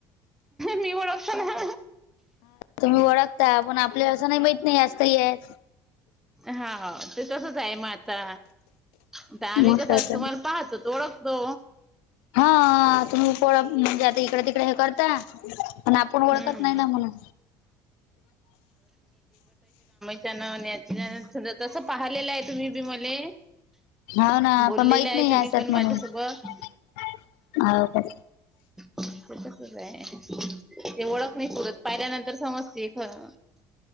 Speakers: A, in the centre; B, on the left.
A: मी ओळखतोय ना.
B: तुम्ही ओळखता पण आपल्या असं नाही माहित नाही असेही आहे.
A: हा ते तसच आहे मग आता. आता
B: मग
A: आम्ही कसं
B: काय तर
A: तुम्हाला पाहतो. ओळखतो.
B: हा तुम्ही <unintelligible> म्हणजे आता इकडे तिकडे हे करता पण आपण ओळखत
A: हम्म
B: नाही ना म्हणून.
A: <unintelligible> तस पाहिलेलं आहे तुम्ही बी मले.
B: हो ना
A: बोललेले
B: आपण माहित
A: आहे
B: नाही ह्या
A: तुम्ही
B: असतात
A: पण
B: म्हणून
A: माझ्यासोबत.
B: हो का!
A: तेच आहे ते ओळख नाही सुरत पाहिल्या तर समजते खर